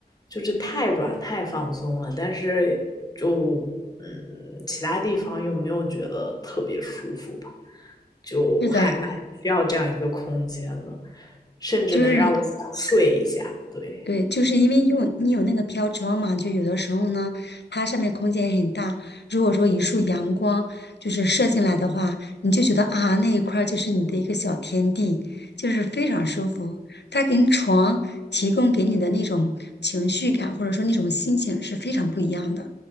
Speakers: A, on the left; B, on the left.
A: 就是太软、太放松了，但是就嗯，其他地方又没有觉得特别舒服吧，就还蛮需要这样一个空间的，
B: 是的，
A: 甚至能让我想睡一下。
B: 就是
A: 对，
B: 对，就是因为用你有那个飘窗嘛，就有的时候呢，它上面空间也很大。如果说一束阳光就是射进来的话，你就觉得啊，那一块儿就是你的一个小天地，就是非常舒服。它跟床提供给你的那种情绪感，或者说那种心情是非常不一样的。